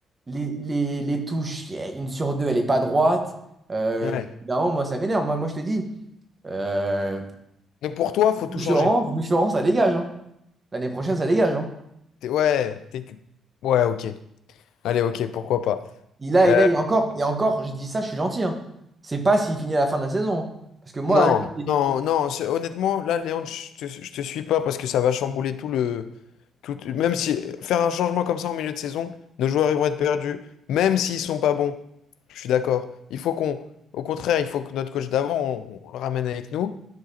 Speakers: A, on the right; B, on the left.
A: Les, les, les touches, y a une sur deux, elle est pas droite. Euh,
B: Ouais.
A: non, moi, ça m'énerve. Moi, moi, je te dis, euh,
B: Donc pour toi, faut tout
A: Boucheron,
B: changer.
A: Boucheron, ça dégage. hein. L'année prochaine, ça dégage. hein.
B: T'es- Ouais, t'es- ouais, ok. Allez, ok, pourquoi pas.
A: Il a,
B: Euh,
A: il a, et encore, et encore, je dis ça, je suis gentil. hein. C'est pas s'il finit à la fin de la saison. hein. Parce que moi,
B: non,
A: lui,
B: non, non. c'est- Honnêtement, là, Léon, je te, je te suis pas parce que ça va chambouler tout le, Tout, même si faire un changement comme ça en milieu de saison, nos joueurs ils vont être perdus, même s'ils sont pas bons. Je suis d'accord. Il faut qu'on, au contraire, il faut que notre coach d'avant, on, on le ramène avec nous,